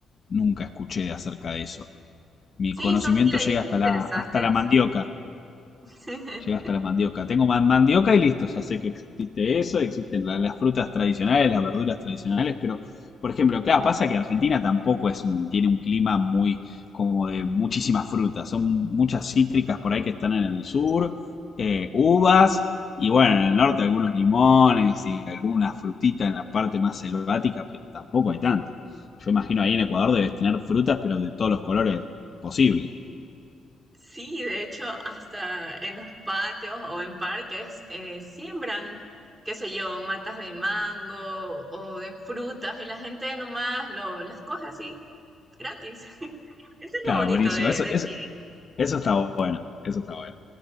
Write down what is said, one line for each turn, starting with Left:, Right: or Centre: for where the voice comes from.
Left: Nunca escuché acerca de eso. Mi
Right: Sí,
Left: conocimiento
Right: son ingredientes
Left: llega hasta
Right: interesantes.
Left: la, hasta la mandioca.
Right: <laughs>
Left: Llega hasta la mandioca. Tengo man- mandioca y listo, ya sé que existe eso, existen la- las frutas tradicionales, las verduras tradicionales, pero, por ejemplo, claro, pasa que Argentina tampoco es un, tiene un clima muy como de muchísimas frutas. Son muchas cítricas por ahí que están en el sur, eh, uvas, y bueno, en el norte algunos limones y alguna frutita en la parte más selvática, pero tampoco hay tanto. Yo imagino ahí en Ecuador debes tener frutas, pero de todos los colores posibles.
Right: Sí, de hecho, hasta en los patios o en parques eh, siembran, qué sé yo, matas de mango o de frutas y la gente nomás lo, las coge así gratis. <laughs> Eso es
Left: Claro,
Right: lo bonito
Left: buenísimo.
Right: de,
Left: Eso,
Right: de
Left: es
Right: aquí.
Left: Eso está bueno, eso está bueno.